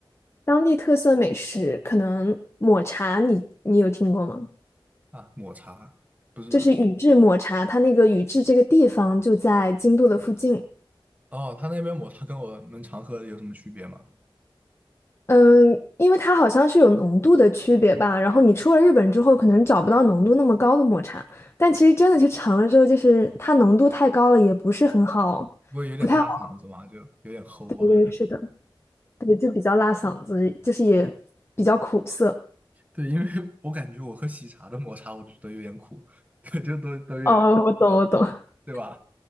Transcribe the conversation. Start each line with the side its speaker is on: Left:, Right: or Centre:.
Left: 当地特色美食可能抹茶你，你有听过吗？
Right: 啊？抹茶不是
Left: 就是宇治抹茶，它那个宇治这个地方就在京都的附近。
Right: 哦，他那边抹茶跟我们常喝的有什么区别吗？
Left: 嗯，因为它好像是有浓度的区别吧，然后你出了日本之后，可能找不到浓度那么高的抹茶，但其实真的去尝了之后，就是它浓度太高了，也不是很好，
Right: 不会有点辣嗓子吗？
Left: 不太好。
Right: 就有点齁啊。
Left: 对对，是的，对，就比较辣嗓子，就是也比较苦涩。
Right: 对，因为 <laughs> 我感觉我喝喜茶的抹茶，我就觉得有点苦，<laughs> 就都都有点那种，
Left: 哦，我懂，我懂。<laughs>
Right: 对吧？